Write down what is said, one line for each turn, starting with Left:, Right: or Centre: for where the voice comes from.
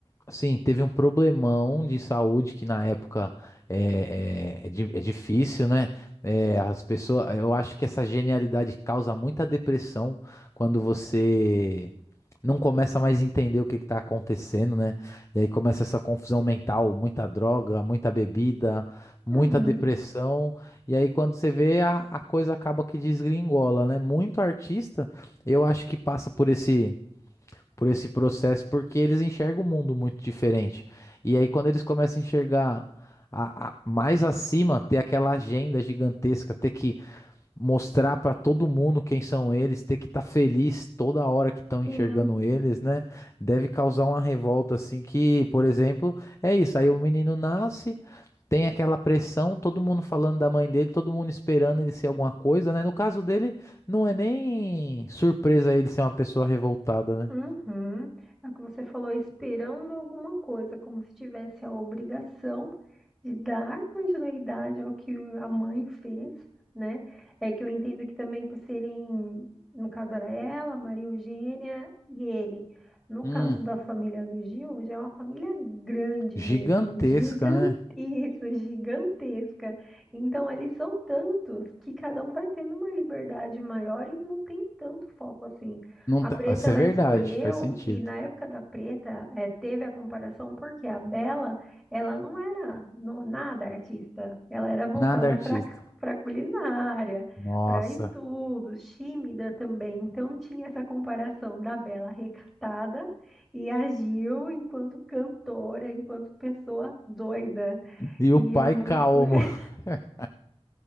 Left: assim, teve um problemão de saúde que na época é, é, é di- é difícil, né? É, as pessoas, eu acho que essa genialidade causa muita depressão quando você não começa mais a entender o que que tá acontecendo, né? E aí começa essa confusão mental, muita droga, muita bebida, muita
Centre: uhum,
Left: depressão. E aí quando você vê, a, a coisa acaba que desgringola, né? Muito artista eu acho que passa por esse, por esse processo porque eles enxergam o mundo muito diferente. E aí, quando eles começam a enxergar a- a- mais acima, ter aquela agenda gigantesca, ter que mostrar pra todo mundo quem são eles, ter que estar feliz toda hora que estão enxergando
Centre: sim.
Left: eles, né? Deve causar uma revolta assim que, por exemplo, é isso, aí o menino nasce, tem aquela pressão, todo mundo falando da mãe dele, todo mundo esperando ele ser alguma coisa, né? No caso dele, não é nem surpresa ele ser uma pessoa revoltada, né?
Centre: Uhum. É o que você falou, esperando alguma coisa, como se tivesse a obrigação de dar continuidade ao que a mãe fez, né? É que eu entendo que também por serem, no caso era ela, Maria Eugênia e ele. No caso
Left: Hum,
Centre: da família do Gil, já é uma família grande
Left: Gigantesca,
Centre: mesmo, gigante,
Left: né?
Centre: isso, gigantesca. Então, eles são tantos que cada um vai tendo uma liberdade maior e não tem tanto foco assim.
Left: Não
Centre: A
Left: tá-
Centre: Preta
Left: Isso
Centre: ela
Left: é verdade,
Centre: escolheu,
Left: faz sentido.
Centre: e na época da Preta eh, teve a comparação, porque a Bela ela não era não- nada artista, ela era voltada
Left: Nada artista.
Centre: para para culinária,
Left: Nossa.
Centre: para estudos, tímida também. Então tinha essa comparação da Bela recatada e a Gil enquanto cantora, enquanto pessoa doida.
Left: E
Centre: E
Left: o pai
Centre: é muito
Left: calmo.
Centre: curioso.
Left: <laughs>